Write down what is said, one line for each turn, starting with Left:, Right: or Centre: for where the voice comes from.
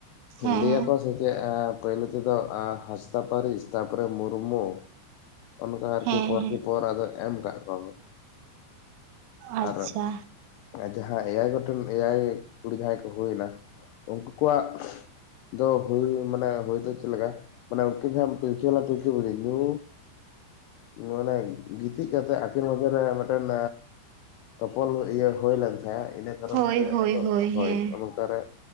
Right: ᱦᱮᱸ
Left: ᱞᱟᱭᱟᱠᱚ
Right: ᱦᱮᱸ
Left: ᱥᱮᱪᱮᱜ ᱮᱸ ᱯᱟᱭᱞᱳ ᱛᱮᱫᱚ ᱟ ᱦᱟᱸᱥᱫᱟ ᱯᱟᱨᱤᱥ ᱛᱟᱯᱚᱨᱮ ᱢᱩᱨᱢᱩ ᱚᱱᱠᱟ ᱟᱨᱠᱤ
Right: ᱦᱮᱸ
Left: ᱯᱚᱨᱠᱮ
Right: ᱦᱮᱸ
Left: ᱯᱚᱨ ᱟᱫᱚ ᱮᱢ ᱠᱟᱜ ᱠᱚᱣᱟ ᱠᱚ᱾
Right: ᱟᱪᱪᱷᱟ
Left: ᱟᱨ ᱡᱟᱦᱟᱸ ᱮᱭᱟᱭ ᱜᱚᱴᱮᱱ ᱮᱭᱟᱭ ᱠᱩᱲᱤ ᱡᱟᱦᱟᱸᱭ ᱠᱚ ᱦᱩᱭᱱᱟ ᱩᱝᱠᱩ ᱠᱚᱣᱟᱜ ᱫᱚ ᱦᱩᱭ ᱢᱟᱱᱮ ᱦᱩᱭ ᱫᱚ ᱪᱮᱫ ᱞᱮᱠᱟ ᱢᱟᱱᱮ ᱩᱱᱠᱤᱱ ᱡᱟᱦᱟᱸ ᱯᱤᱞᱪᱩ ᱵᱟᱞᱟ ᱯᱤᱞᱪᱩ ᱵᱩᱲᱦᱤ ᱧᱩ ᱢᱟᱱᱮ ᱜᱤᱛᱤᱡ ᱠᱟᱛᱮᱜ ᱟᱹᱠᱤᱱ ᱢᱚᱫᱽᱷᱮ ᱨᱮ ᱢᱤᱫᱴᱮᱱ ᱟᱸ ᱛᱚᱯᱚᱞ ᱤᱭᱟᱹ ᱦᱩᱭ ᱞᱮᱱ ᱛᱟᱦᱮᱸᱜᱼᱟ᱾ ᱤᱱᱟᱹ ᱠᱟᱨᱚᱱ
Right: ᱦᱳᱭ
Left: ᱛᱮ
Right: ᱦᱳᱭ
Left: ᱟᱫᱚ ᱦᱳᱭ
Right: ᱦᱮᱸ
Left: ᱱᱚᱝᱠᱮ ᱨᱮ